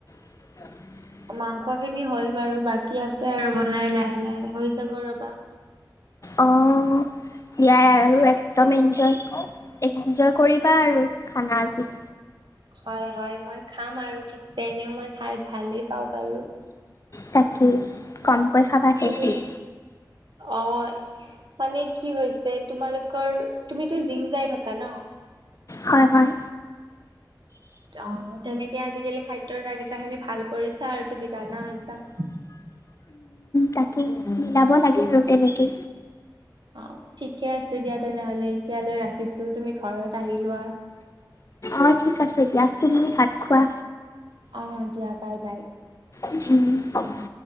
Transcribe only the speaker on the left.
<inaudible>
অ', ইয়াই
আৰু
একদম এনজয় কৰ এনজয় কৰিবা আৰু খানা আজি।
তাকে কমকৈ খাবা সেই
খালি।
হয় হয়।
তাকে মিলাব লাগে আৰু তেনেকে।
অ', ঠিক আছে দিয়া তুমিও ভাত খোৱা।
উম,